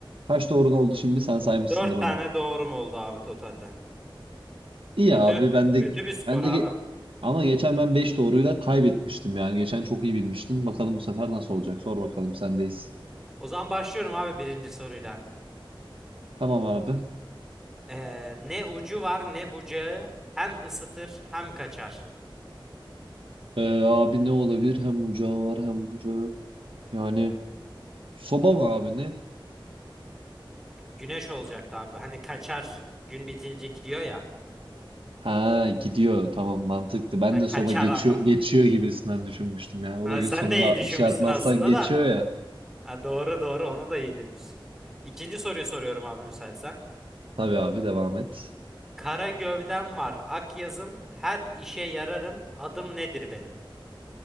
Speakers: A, on the right (about 80°); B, in the centre.
A: Kaç doğrun oldu şimdi? Sen saymışsındır
B: Dört
A: onu.
B: tane doğrum oldu abi totalde.
A: İyi
B: Kötü,
A: abi ben de
B: kötü bir skor
A: ben de
B: abi.
A: ge- ama geçen ben 5 doğruyla kaybetmiştim yani. Geçen çok iyi bilmiştin. Bakalım bu sefer nasıl olacak? Sor bakalım sendeyiz.
B: O zaman başlıyorum abi birinci soruyla.
A: Tamam abi.
B: E, ne ucu var ne bucağı hem ısıtır hem kaçar.
A: Ee, abi ne olabilir? Hem ocağı var hem bucağı. Yani soba mı abi ne?
B: Güneş olacaktı abi. Hani kaçar gün bitince gidiyor ya.
A: Ha gidiyor tamam mantıklı. Ben
B: Ha,
A: de
B: kaçar
A: soba geçiyor
B: anlamında.
A: geçiyor gibisinden düşünmüştüm ya. O
B: Ha,
A: da gün
B: sen
A: sonunda
B: de iyi düşünmüşsün
A: bir şey atmazsan
B: aslında
A: geçiyor
B: da.
A: ya.
B: Ha, doğru doğru onu da iyi demişsin. İkinci soruyu soruyorum abi müsaitsen.
A: Tabii abi devam et.
B: Kara gövdem var, ak yazım, her işe yararım, adım nedir benim?